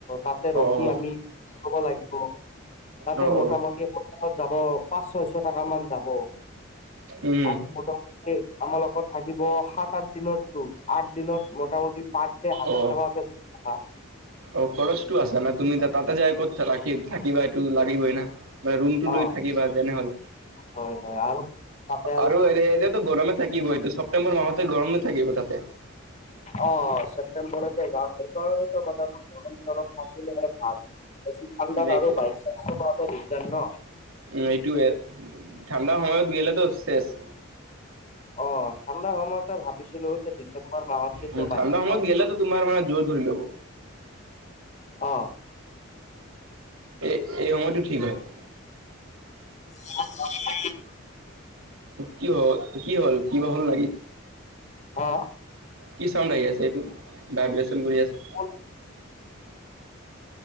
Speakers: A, on the left; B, on the right.
A: তাতে
B: অ', অ',
A: ৰখি আমি হ'ব লাগিব তাতে
B: অ',
A: মতামত
B: অ',
A: <unintelligible> যাব পাঁচ ছয়শ টকা মান যাব
B: উম,
A: আৰু মোটামুটি আমাৰ লগত থাকিব সাত আঠ দিনৰ তোৰ আঠ দিনত মোটামুটি পাৰডে হাজাৰ
B: অ',
A: টকাকে অ'।
B: অ', খৰচটো আছা ন তুমি তা তাতে যায় কত থাকা থাকি থাকিবা এইটো লাগিবই না। মানে ৰুমটো
A: অ
B: লৈ থাকিবা তেনেহলে
A: হয় হয় আৰু তাতে
B: আৰু এ এতিয়াতো গৰমে থাকিব এইটো ছেপ্তেম্বৰ মাহতে গৰম নে থাকিব তাতে।
A: অ ছেপটেম্বৰতে যাম সেইকাৰণে মানে অলপ গৰম চৰম থাকিলে ভাল বেছি ঠাণ্ডা
B: এই-
A: আৰুো বাইক চাইক চলোৱাটো দিগদাৰ ন।
B: উ এইটোৱে ঠাণ্ডাৰ সময়ত গেলেতো শেষ।
A: অ ঠাণ্ডা সময়তে ভাবিছিলোঁ যে ডিচেম্বৰ মাহত কিন্তু
B: উম, ঠাণ্ডা
A: বাইক চলা
B: সময়ত গেলেতো তোমাৰ মানে জোৰৰ ধৰি ল'ব।
A: অ
B: এই এই সময়টো ঠিক হয়। <inaudible>
A: <unintelligible>
B: কি হল কি হ'ল কিবা হ'ল?
A: অ
B: কি চাউণ্ড আহি আছে এইটো ভাইব্ৰেচন কৰি আছে?
A: অ।